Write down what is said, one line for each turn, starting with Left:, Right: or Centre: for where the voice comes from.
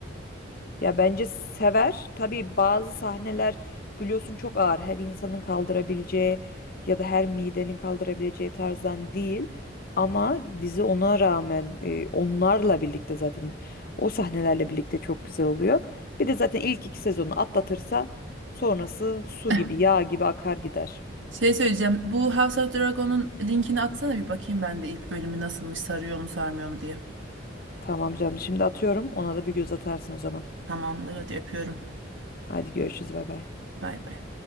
Left: Ya bence sever. Tabii bazı sahneler biliyorsun çok ağır. Her insanın kaldırabileceği ya da her midenin kaldırabileceği tarzdan değil. Ama dizi ona rağmen e, onlarla birlikte zaten o sahnelerle birlikte çok güzel oluyor. Bir de zaten ilk iki sezonu atlatırsa sonrası su
Right: <laughs>
Left: gibi yağ gibi akar gider.
Right: Şey söyleyeceğim. Bu House of Dragon'un linkini atsana bir bakayım ben de ilk bölümü nasılmış, sarıyor mu, sarmıyor mu diye.
Left: Tamam canım şimdi atıyorum ona da bir göz atarsın o zaman.
Right: Tamamdır, hadi öpüyorum.
Left: Hadi görüşürüz bay bay.
Right: Bay bay.